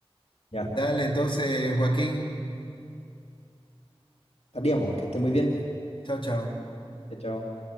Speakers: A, on the left (about 85°); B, on the left (about 55°).
A: Ya.
B: Dale, entonces, Joaquín.
A: Estaríamos, que esté muy bien.
B: Chao, chao.
A: Chao, chao.